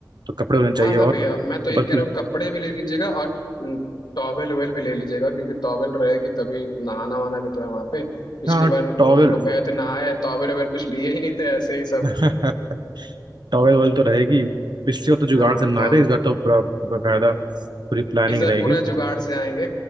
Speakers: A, on the right; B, on the left.
A: तो कपड़े होने चाहिए
B: हाँ हाँ भैया
A: और
B: मैं तो ये
A: बल्कि
B: कह रहा हूँ कपड़े भी ले लीजिएगा और टॉवेल वेल भी ले लीजिएगा क्योंकि टॉवेल रहेगी तभी नहाना वहाना भी तो है वहाँ पे पिछली
A: हाँ
B: बार
A: टॉवेल
B: हम लोग गए थे नहाए टॉवेल वेल कुछ लिए ही नहीं थे ऐसे ही सब
A: <laughs> टॉवेल वेल तो रहेगी पिछली बार तो जुगाड़
B: हाँ
A: से नहाए
B: तो
A: थे इस बार तो पूरा बाकायदा पूरी प्लानिंग
B: इस बार
A: रहेगी
B: पूरा जुगाड़ से आएंगे